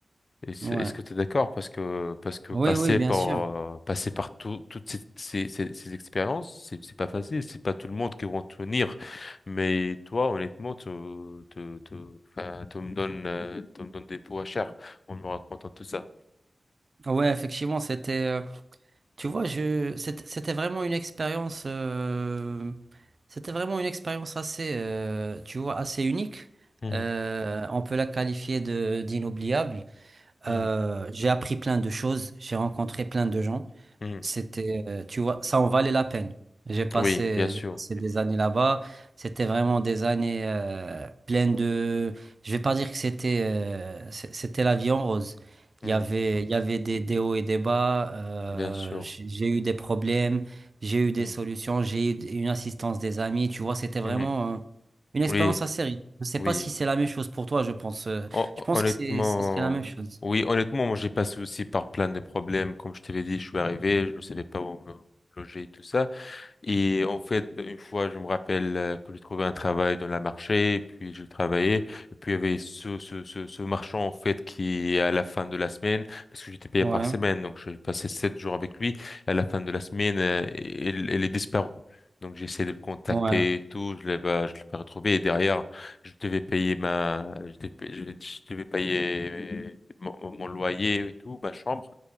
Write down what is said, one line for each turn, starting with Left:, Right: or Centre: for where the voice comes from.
Left: Et c'est-
Right: ouais.
Left: Est-ce que tu es d'accord? Parce que, parce que passer
Right: Oui, oui, bien
Left: par,
Right: sûr.
Left: euh, passer par tout- toutes ces, ces, ces, ces expériences, c'est c'est pas facile. C'est pas tout le monde qui va en tenir. Mais toi, honnêtement, tu, tu, tu, enfin, tu me donnes, euh, tu me donnes des pots à chair en me racontant tout ça.
Right: Ouais, effectivement, c'était, euh, tu vois, je, c'était c'était vraiment une expérience, euh, c'était vraiment une expérience assez, euh, tu vois, assez unique.
Left: Mhm,
Right: Euh, on peut la qualifier de d'inoubliable.
Left: mhm,
Right: Euh, j'ai appris plein de choses, j'ai rencontré plein de gens.
Left: mhm.
Right: C'était, euh, tu vois, ça en valait la peine. J'ai passé,
Left: Oui, bien sûr.
Right: j'ai passé des années là-bas. C'était vraiment des années euh, pleines de. Je vais pas dire que c'était, euh, c- c'était la vie en rose.
Left: Mhm,
Right: Il y avait, il y avait des, des hauts et des bas. euh,
Left: bien sûr.
Right: j'ai j'ai eu des problèmes, j'ai eu des
Left: Mhm,
Right: solutions, j'ai eu une assistance des amis. Tu vois, c'était vraiment
Left: mhm.
Right: euh, une expérience
Left: Oui,
Right: assez riche. Je sais
Left: oui.
Right: pas si c'est la même chose pour toi. Je pense, euh,
Left: Hon-
Right: je pense
Left: Honnêtement,
Right: que c'est, ça serait la même chose.
Left: oui, honnêtement, moi j'ai passé aussi par plein de problèmes. Comme je t'avais dit, je suis arrivé, je ne savais pas où me loger et tout ça. Et en fait, une fois, je me rappelle euh, que j'ai trouvé un travail dans la marché, et puis j'ai travaillé, et puis il y avait ce, ce, ce, ce marchand, en fait, qui, à la fin de la semaine, parce que j'étais payé
Right: Ouais,
Left: par semaine, donc j'ai passé sept jours avec lui, à la fin de la semaine, euh, il, il est disparu. Donc j'ai essayé de le contacter
Right: ouais,
Left: et tout, je l'ai pas, je l'ai pas retrouvé, et derrière, je devais payer ma, je devais, je devais payer mon, mon- mon loyer et tout, ma chambre.